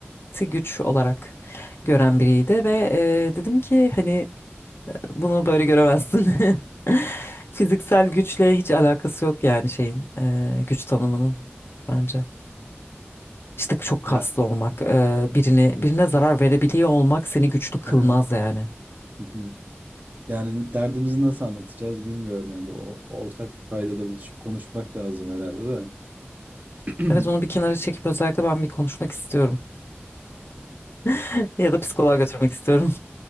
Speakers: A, on the left; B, on the right.
A: ti güç olarak gören biriydi ve eee, dedim ki hani bunu böyle göremezsin. <laughs> Fiziksel güçle hiç alakası yok yani şeyin eee, güç tanımının bence. İşte çok
B: ya
A: kaslı olmak, e, birini birine zarar verebiliyor olmak seni güçlü
B: <laughs>
A: kılmaz
B: Hı
A: yani.
B: hı. yani derdimizi nasıl anlatacağız bilmiyorum ya. Bu o- ortak bir paydada buluşup konuşmak lazım herhalde de. <clears throat>
A: Evet onu bir kenara çekip özellikle ben bir konuşmak istiyorum. <laughs> Ya da psikoloğa götürmek istiyorum.